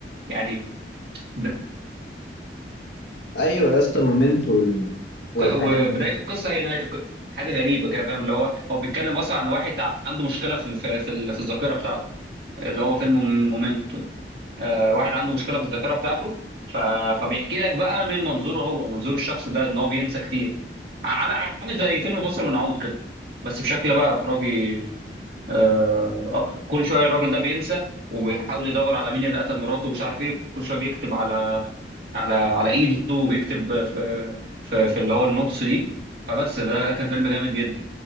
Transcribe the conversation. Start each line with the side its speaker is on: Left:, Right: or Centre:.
Right: يعني ب-
Left: ايوه يا اسطى مومنتو وال... والحاجات
Right: وبدايه
Left: دي
Right: القصه هي نهايه القصه حاجه غريبه كده فاهم اللي هو هو بيتكلم اصلا عن واحد عنده مشكله في في في ال- في الذاكره بتاعته اللي هو فيلم مومنتو ده آه، واحد عنده مشكله في الذاكره بتاعته ف... فبيحكي لك بقى من منظوره هو منظور الشخص ده ان هو بينسى كتير عامل عامل زي فيلم فاصل ونعود كده بس بشكل بقى اخراجي آه، اكتر كل شويه الراجل ده بينسى وبيحاول يدور على مين اللي قتل مراته ومش عارف ايه كل شويه بيكتب على على على ايده وبيكتب في في, في اللي هو النوتس دي فبس ده ده كان فيلم جامد جدا